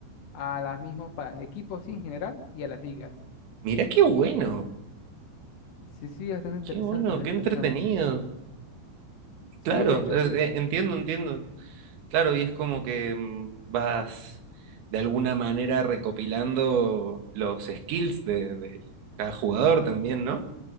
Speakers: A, on the left; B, on the right.
A: a los mismos pa- equipos sí, en general y a las ligas.
B: Mira qué bueno,
A: Sí, sí, bastante interesante,
B: qué bueno,
A: bastante
B: qué entretenido.
A: interesante. Sí,
B: Claro,
A: de hecho,
B: es-
A: sí,
B: eh, entiendo, entiendo. Claro, y es como que mm, vas de alguna manera recopilando los skills de, de cada jugador también, ¿no?